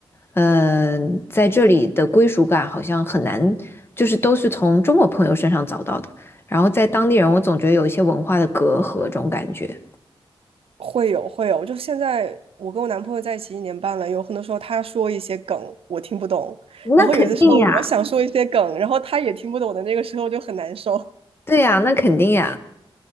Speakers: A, on the left; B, on the right.
A: 嗯，在这里的归属感好像很难，就是都是从中国朋友身上找到的。然后在当地人，我总觉得有一些文化的隔阂，这种感觉。
B: 会有会有，就现在我跟我男朋友在一起一年半了，有很多时候他说一些梗我听不懂，
A: 那肯定呀。
B: 然后有的时候我想说一些梗，然后他也听不懂的那个时候就很难受。
A: 对呀，那肯定呀，